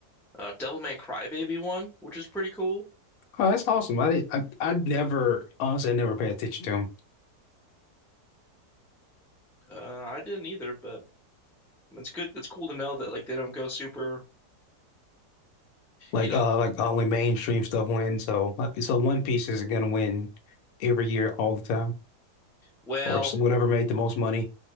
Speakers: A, in the centre; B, on the left.
A: uh Devilman Crybaby won, which is pretty cool.
B: Oh, that's awesome. I did, I I never honestly I never pay attention to them.
A: Uh I didn't either, but it's good. It's cool to know that like they don't go super,
B: Like
A: you know,
B: uh like only mainstream stuff wins. So uh, so One Piece is gonna win every year all the time
A: well.
B: or so whatever made the most money.